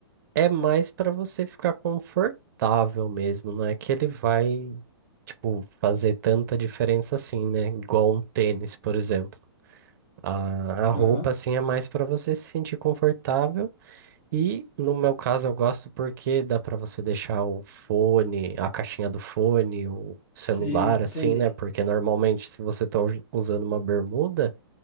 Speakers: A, on the right; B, on the left.
A: É mais pra você ficar confortável mesmo, não é que ele vai, tipo, fazer tanta diferença assim, né? Igual um tênis, por exemplo. A, a roupa,
B: Aham.
A: assim, é mais pra você se sentir confortável. E no meu caso eu gosto porque dá pra você deixar o fone, a caixinha do fone, o celular,
B: Sim, entendi.
A: assim, né? Porque normalmente se você tá us- usando uma bermuda,